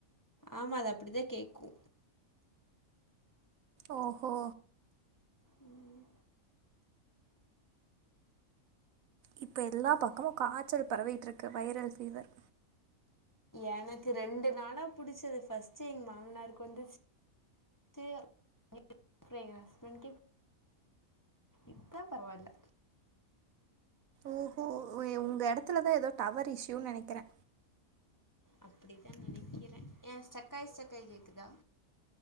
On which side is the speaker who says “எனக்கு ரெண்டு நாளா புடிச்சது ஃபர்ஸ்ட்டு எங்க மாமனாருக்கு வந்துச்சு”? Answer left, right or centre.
Left